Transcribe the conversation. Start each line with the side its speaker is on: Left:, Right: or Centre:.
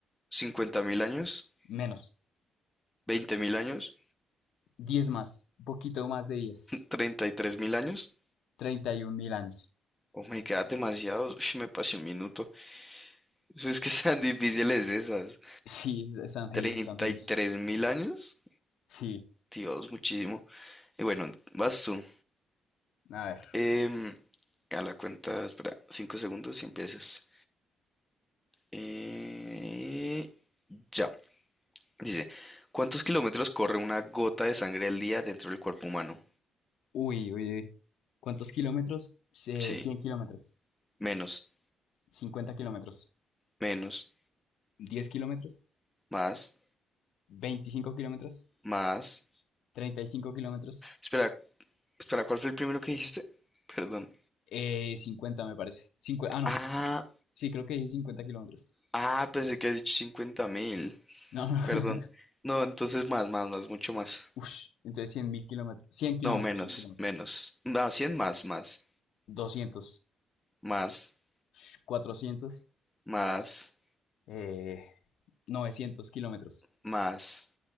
Centre: 50.000 años,
Left: Menos.
Centre: 20.000 años,
Left: diez más. Un poquito más de diez
Centre: 33.000 años.
Left: treinta y un mil años. <laughs>
Centre: Oh my god, demasiados. Ush, me pasé un minuto. Eso es que <laughs> sean difíciles esas.
Left: Sí, es- están heavy,
Centre: treinta
Left: están heavy.
Centre: y tres mil años.
Left: Sí.
Centre: Dios, muchísimo. Y bueno, vas tú.
Left: A ver.
Centre: Em, a la cuenta, espera, 5 segundos y empiezas. Eh, ya. Dice, ¿cuántos kilómetros corre una gota de sangre al día dentro del cuerpo humano?
Left: Uy, uy, uy. ¿Cuántos kilómetros? Eh,
Centre: Sí,
Left: 100 kilómetros.
Centre: menos,
Left: 50 kilómetros.
Centre: menos,
Left: 10 kilómetros.
Centre: más,
Left: 25 kilómetros.
Centre: Más.
Left: treinta y cinco kilómetros.
Centre: Espera, espera, ¿cuál fue el primero que dijiste? Perdón.
Left: Eh, 50 me parece. Cincu- ah, no.
Centre: Ah,
Left: Sí, creo que dije 50 kilómetros.
Centre: ah, pensé que has dicho cincuenta mil.
Left: No, no. <laughs>
Centre: Perdón. No, entonces más, más, más, mucho más.
Left: Ush, entonces cien mil kilómetros. cien kilómetros,
Centre: No, menos,
Left: 100 kilómetros.
Centre: menos. No, cien más, más,
Left: doscientos,
Centre: más,
Left: ush, 400,
Centre: más,
Left: eh, 900 kilómetros.
Centre: más,